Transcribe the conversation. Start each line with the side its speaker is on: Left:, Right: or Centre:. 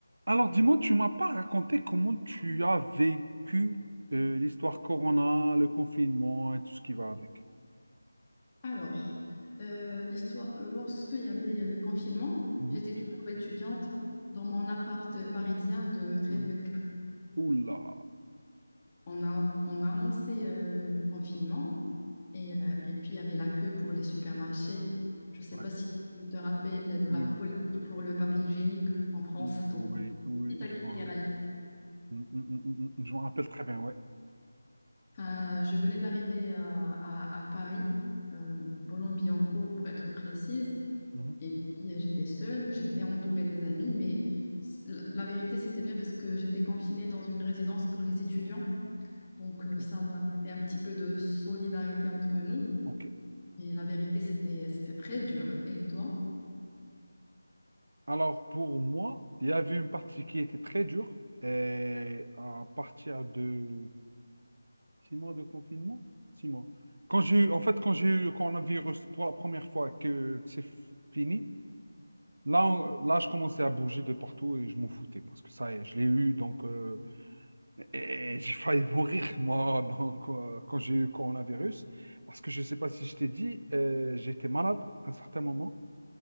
Right: Alors, dis-moi, tu m'as pas raconté comment tu as vécu euh, l'histoire Corona, le confinement et tout ce qui va avec.
Left: Alors, euh, l'histoire, lorsqu'il y avait le confinement,
Right: Mhm,
Left: j'étais toujours étudiante dans mon appart parisien de 13
Right: mhm.
Left: mètres carrés.
Right: Oula.
Left: On a, on a annoncé euh, le, le confinement et, euh, et puis il y avait la queue pour les supermarchés. Je ne sais
Right: Ouais.
Left: pas si tu te rappelles de
Right: Oui,
Left: la politique pour le papier hygiénique en France,
Right: oui,
Left: donc
Right: oui,
Left: Italie
Right: je m'en
Left: et les railleurs.
Right: mm, mm, mm, mm, mm, mm, je m'en rappelle très bien, ouais.
Left: Enfin, je venais d'arriver à, à- à Paris, euh, Boulogne-Billancourt pour être précise,
Right: Mhm.
Left: Et puis, euh, j'étais seule, j'étais entourée des amis, mais c- la la vérité, c'était bien parce que j'étais confinée dans une résidence pour les étudiants. Donc, euh,
Right: Ok.
Left: ça va, c'était un petit peu de solidarité entre nous.
Right: Ok.
Left: Mais la vérité, c'était, c'était très dur. Et toi?
Right: Alors, pour moi, il y avait une partie qui était très dure et à partir de six mois de confinement, six mois. Quand j'ai eu, en fait, quand j'ai eu le coronavirus pour la première fois que que c'est fini, Là, on- là, je commençais à bouger de partout et je m'en foutais parce que ça, y est, je l'ai eu, donc euh, et j'ai failli <laughs> mourir, moi, donc, euh, quand j'ai eu le coronavirus. Parce que je ne sais pas si je t'ai dit, euh, j'étais malade à un certain moment.